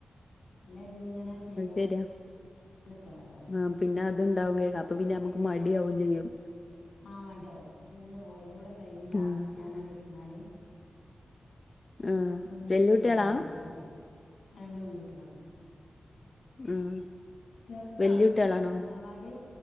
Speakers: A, on the left (about 75°); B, on the left (about 30°).
A: അല്ലേ ഇങ്ങനെ ചെയ്തോണ്ട്
B: ശരിയാ
A: ക്കണല്ലോ
B: ആ പിന്നെ അത്ണ്ടാവും വേകാഅപ്പാെപിന്നെ അമുക്ക് മടിയാവുംചെയ്യും
A: ആഹ് മട്യാവും അപ്പൊപിന്നെ ഓൽതുംകൂടെ കൈഞ്ഞ് ലാസ്റ്റ്
B: ഉം
A: ഞാനട്ഇര്ന്നാല്
B: ആ
A: ഒന്നിച്ച്
B: വല്യ കുട്ടികളാ
A: ചെയ്താ മതിയല്ലോ ആഹ് രണ്ട് പെങ്കുട്ടിയോളാ
B: ഉം
A: ചെറ്താ
B: വല്യ
A: ഒന്ന്
B: കുട്ടികളാണോ
A: അങ്ങനവാടിം